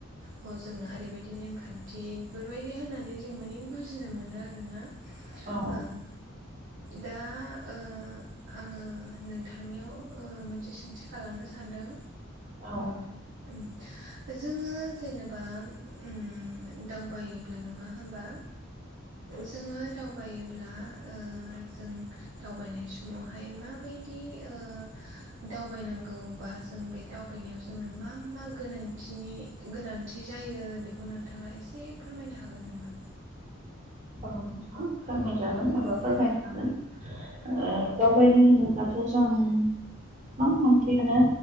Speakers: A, on the right; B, on the right.
A: ह जोंना ओरैबायदि बि नेमखान्थि बेफोरबायदि होनानै जों माने बुजिनो मोनो आरोना
B: औ
A: ओं दा ओ आङो नोंथांनियाव ओ मोनसे सोंथि खालामनो सानदों
B: औ
A: उम जोङो जेनेबा उम दावबायो ब्ला नङा होमबा जोङो दावबायोब्ला ओ जों दावबायनाय समावहाय माबायदि ओ दावबायनांगौ बा जों बे दावबायनायाव जोंनो मा मा गोनांथिनि गोनांथि जायो बेखौ नोंथाङा एसे एसे फोरमायनो हागोन नामा?
B: गाबथ फोरमायजागोन एबा
A: उम
B: फोरमायनो हागोन ओ दावबायनाय होनोब्लाथ' जों गोबां मानसियानो